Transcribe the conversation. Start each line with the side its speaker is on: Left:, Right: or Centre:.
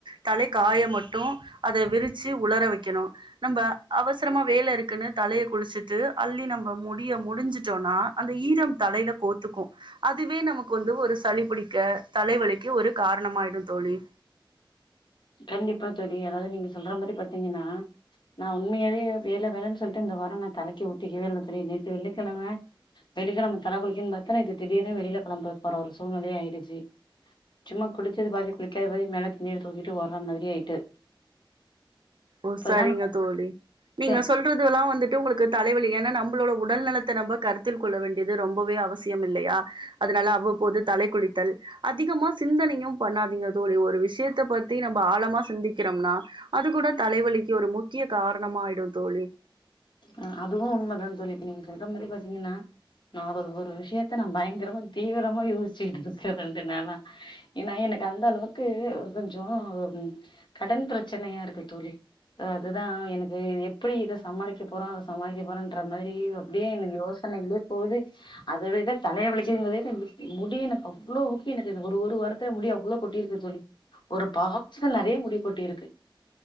Right: தலை காய மட்டு அத விரிச்சு உளர வைக்கணு நம்ப அவசரமா வேலை இருக்குனு தலைய குளிச்சுட்டு அள்ளி நம்ம முடிய முடிஞ்சுட்டோனா அந்த ஈரம் தலையில கோத்துக்கு அதுவே நமக்கு வந்து ஒரு சளிபிடிக்க தலைவலிக்கு ஒரு காரணமாயிடு தோழி
Left: கண்டிப்பா தோழி அதாவது நீங்க சொல்ற மாரி பாத்தீங்கனா நா உண்மையாவே வேலை வேலைன்னு சொல்லிட்டு இந்த வாரோ நா தலைக்கு ஊத்திக்கவே இல்ல தோழி நேத்து வெள்ளிக்கிழம வெள்ளிக்கிழம தலை குளிக்கன்னு பாத்தா நேத்து ‌தீடிர்னு வெளில கிளம்ப போற ஒரு சூழ்நில ஆயிருச்சு சும்மா குளிச்சது பாதி குளிக்காதது பாதி மேல துணி எடுத்து வைக்கனு விட்டு வர மாதிரி ஆயிட்டு
Right: ஓ
Left: இப்பதா
Right: சரிங்க
Left: நா
Right: தோழி
Left: உணர்ந்தே
Right: நீங்க சொல் துல்லாம் வந்துட்டு உங்களுக்கு தலைவலி ஏன்னா நம்மளோட உடல் நலத்தை நம்ம கருத்தில் கொள்ள வேண்டியது ரொம்பவே அவசியம் இல்லையா அதனால அவ்வபோது தலை குளித்தல் அதிகமா சிந்தனையு பண்ணாதீங்க தோழி ஒரு விஷயத்த பத்தி நம்ம ஆழமா சிந்திக்கிறோம்னா அது கூட தலைவலிக்கு ஒரு முக்கிய காரணமாயிடு தோழி
Left: ஆ அதுவு உண்மை தா தோழி நீங்க சொல்ற மாரி பாத்தீங்கனா நா ஒரு ஒரு விஷயத்த நா பயங்கரமா தீவிரமா யோசிச்சுகிட்டு இருக்கே ரெண்டு நாளா ஏன்னா எனக்கு அந்த அளவுக்கு கொஞ்சோ ஒரு கடன் பிரச்சனையா இருக்கு தோழி அதுதா எனக்கு எப்டி இத ச சமாளிக்கப் போறோ சமாளிக்க போறோன்ற மாரி அப்டியே எனக்கு யோசனைையிலே போது அத விட தலையே வலிக்குங்க எங்க வீட்ல முடியல அவ்ளோவு ஊக்கி எனக்கு ஒரு ஒரு வாரத் முடி அவ்ளோ கொட்டிருக்கு தோழி ஒரு பாக்ஸ் நெறைய முடி கொட்டிருக்கு